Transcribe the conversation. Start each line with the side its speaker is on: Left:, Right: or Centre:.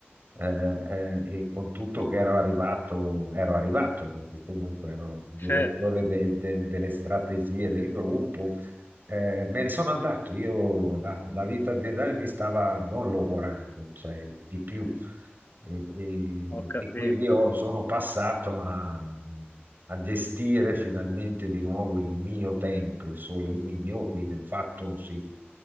Right: eh, eh, e con tutto che ero arrivato, ero arrivato, perché comunque ero direttore
Left: certo,
Right: de- de- delle strategie del gruppo, eh, me ne sono andato, io la, la vita aziendale mi stava non logorando, cioè di più. E, e-
Left: ho capito,
Right: e quindi io sono passato a, a gestire finalmente di nuovo il mio tempo, e solo il mio, quindi ho fatto sì,